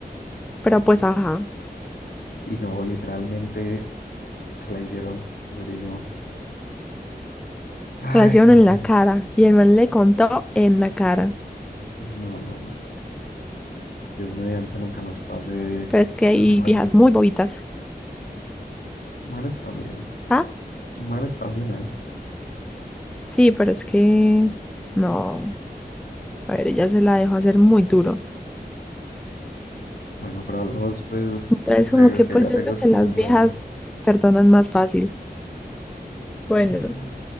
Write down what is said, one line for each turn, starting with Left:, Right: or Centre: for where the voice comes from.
Centre: Pero pues ajá,
Left: Y no, literalmente se la hicieron durísimo. Ay,
Centre: se la hicieron
Left: hombre,
Centre: en la cara y el man le contó en la cara.
Left: no, no, no, Dios mediante nunca nos pase
Centre: Pero es que hay
Left: algo
Centre: viejas
Left: así.
Centre: muy bobitas.
Left: Manes también,
Centre: Ah,
Left: manes también hay.
Centre: sí, pero es que no. A ver, ella se la dejó hacer muy duro.
Left: Bueno, pero hablamos pues
Centre: Entonces,
Left: luego
Centre: como que
Left: que
Centre: pues
Left: ya
Centre: yo
Left: tengo
Centre: siento
Left: es
Centre: que
Left: como
Centre: las
Left: un sueño.
Centre: viejas perdonan más fácil. Bueno,
Left: No.